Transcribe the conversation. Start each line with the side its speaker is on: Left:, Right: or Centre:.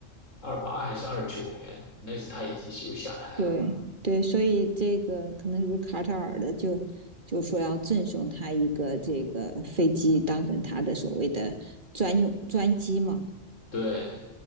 Left: 二八还是二九年，那次他已经又下台了嘛。
Right: 对对，所以这个可能是不是卡塔尔的就就说要赠送他一个这个飞机，当成他的所谓的专用专机嘛。
Left: 对，